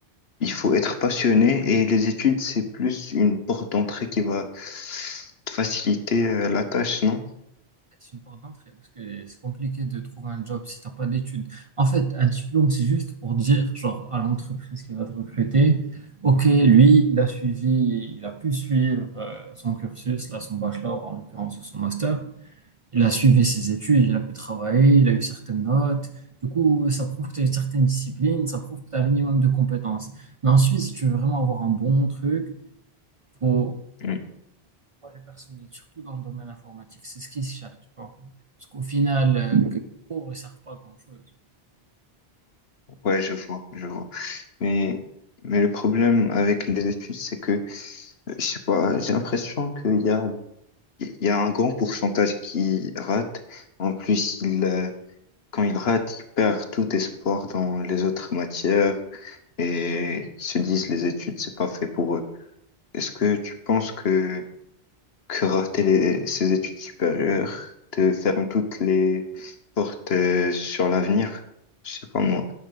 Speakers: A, on the left (about 70°); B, on the right (about 40°).
A: Il faut être passionné et les études, c'est plus une porte d'entrée qui va te faciliter euh, la tâche, non?
B: C'est une porte d'entrée parce que c'est compliqué de trouver un job si t'as pas d'études. En fait, un diplôme, c'est juste pour dire, genre, à l'entreprise qui va te recruter, OK, lui, il a suivi, il a pu suivre euh, son cursus, là, son bachelor, en l'occurrence, ou son master. Il a suivi ses études, il a pu travailler, il a eu certaines notes. Du coup, ça prouve que tu as une certaine discipline, ça prouve que tu as un minimum de compétences. Mais ensuite, si tu veux vraiment avoir un bon truc, faut
A: Mm.
B: Ouais, le personnel, surtout dans le domaine informatique, c'est ce qui se cherche, tu vois. Parce qu'au final, euh, que les cours ne servent pas à grand-chose.
A: Ouais, je vois, je vois. Mais, mais le problème avec les études, c'est que, euh, je sais pas, j'ai l'impression qu'il y a, il y a un grand pourcentage qui rate. En plus, il, euh, quand il rate, il perd tout espoir dans les autres matières et ils se disent les études, c'est pas fait pour eux. Est-ce que tu penses que que rater les- ses études supérieures te ferme toutes les portes euh, sur l'avenir. Je sais pas moi.